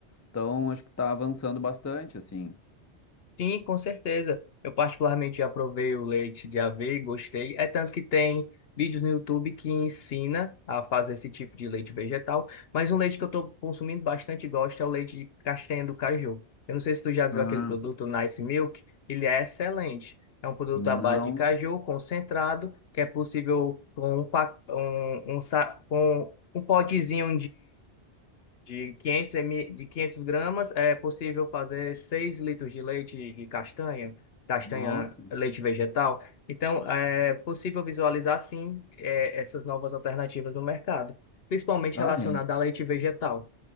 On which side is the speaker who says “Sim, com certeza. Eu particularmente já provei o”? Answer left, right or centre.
Left